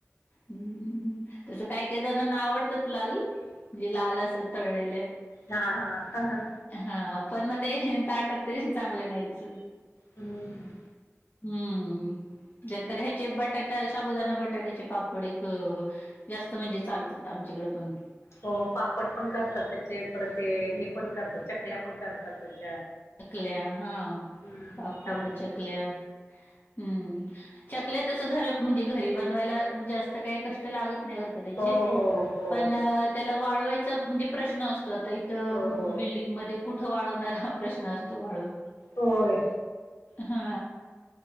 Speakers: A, on the left (about 40°); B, on the left (about 70°).
A: हम् त्यास काही काही जणांना आवडतात लाल जे लाल असत तळलेले
B: हा हा ह ह
A: हा पण मग ते ताटत ते चांगले नाही दिसून.
B: हम्म हम्म
A: हम्म नंतर ह्याचे बटाटा शबुदाना बटाट्याचे पापड एक जास्त म्हणजे चालतात आमच्या कड पण
B: हो पापड पण करतात त्याचे पर ते हे पण करतात चकल्या पण करतात त्या
A: चकल्या हा
B: हम्म
A: पापड
B: साबुदाण्याच्या
A: चकल्या हम्म चकल्या तस घर म्हणजे घरी बनवायला जास्त काही कष्ट लागत नाही बर का
B: हो हो हो
A: पण त्याला वावाय म्हणजे प्रश्न अस स् आता इथं
B: हो
A: बिल्डिंग मध्ये कुठं वाळवणार हा प्रश्न असतो वाळवून
B: होय
A: हा